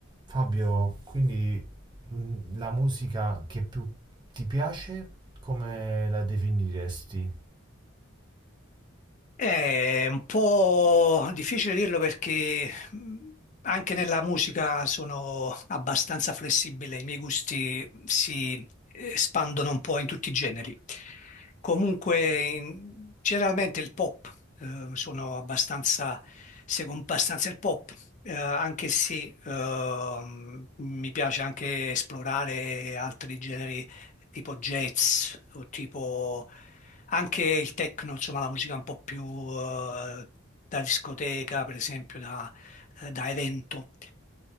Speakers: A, on the right; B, on the left.
A: Fabio, quindi mh, la musica che più ti piace, come la definiresti?
B: È un po' difficile dirlo perché mh, anche nella musica sono abbastanza flessibile, i miei gusti si eh, espandono un po' in tutti i generi. Comunque, in- generalmente il pop, eh, sono abbastanza, seguo abbastanza il pop, eh, anche se ehm, mi piace anche esplorare altri generi tipo jazz o tipo anche il techno, insomma la musica un po' più eh, da discoteca, per esempio da, eh, da evento.